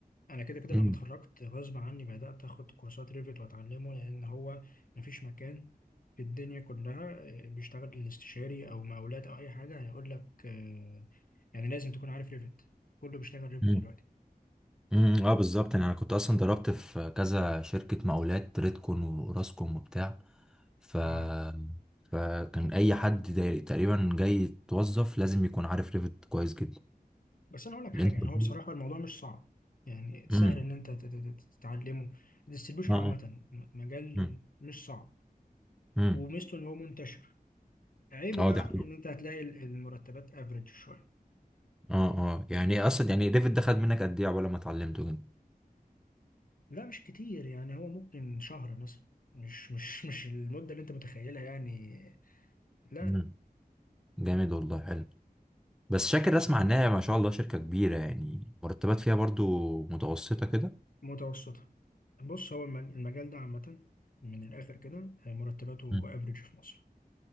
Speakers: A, on the left; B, in the centre.
A: انا كده كده
B: امم
A: لما اتخرجت غصب عني بدات اخد كورسات ريفت واتعلمه لان هو مفيش مكان في الدنيا كلها آه، بيشتغل الاستشاري او مقاولات او اي حاجه هيقول لك آه، يعني لازم تكون عارف ريفت كله بيشتغل ريفت
B: امم
A: دلوقتي
B: أمم، اه بالظبط يعني انا كنت اصلا ضربت في كذا شركة مقاولات ريدكون وراسكوم وبتاع ف
A: اه
B: فكان اي حد دا- تقريبا جاي يتوظف لازم يكون عارف ريفت كويس جدا
A: بس انا اقول لك
B: الانترفيو
A: حاجه يعني هو بصراحه الموضوع مش صعب يعني سهل
B: امم
A: ان انت تت- تت- تتعلمه الديستريبيوشن
B: اه
A: عامه م- مجال
B: آه.
A: مش صعب
B: امم
A: وميزته ان هو منتشر عيبه
B: اه
A: بقى
B: دي حلوه
A: ان انت هتلاقي ال- المرتبات افريج شويه
B: اه اه يعني ايه اصلا يعني ديفيد ده خد منك قد ايه عقبال ما اتعلمته كده
A: لا مش كتير يعني هو ممكن شهر مثلا مش مش مش المدة اللي انت متخيلها يعني لا لا
B: امم جامد والله حلو بس شاكر اسمع انها ما شاء الله شركه كبيره يعني مرتبات فيها برضو متوسطه كده
A: متوسطة بص هو المج- المجال ده عامة من الآخر كده مرتباته
B: امم
A: افريج في مصر